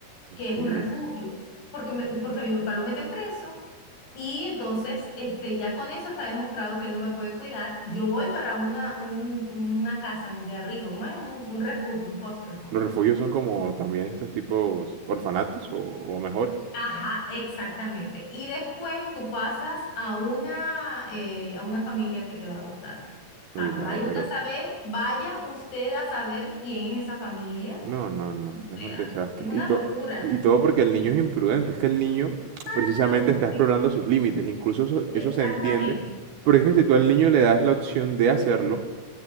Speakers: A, on the right (about 70°); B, on the left (about 70°).
A: Increíble.
B: que es un refugio, porque, me- porque mi papá lo meten preso. Y entonces, este, ya con eso está demostrado que él no me puede cuidar. Yo voy para una, un- una casa, un de abrigo, ¿cómo es? Un, un refugio, un foster home.
A: Los refugios son como también estos tipos orfanatos o, o mejores.
B: Ajá, exactamente. Y después tú pasas a una, eh, a una familia que te va a adoptar, ¿sabes?
A: Uy, no,
B: Vaya
A: pero...
B: usted a saber, vaya usted a saber quién es esa familia.
A: No, no, no,
B: O
A: es
B: sea,
A: un desastre.
B: es una
A: Y, to-
B: locura.
A: y todo porque el niño es imprudente, es que el niño
B: Exacto,
A: precisamente está explorando
B: e-
A: sus límites, incluso eso,
B: exactamente.
A: eso se entiende, porque es que si tú al niño le das la opción de hacerlo,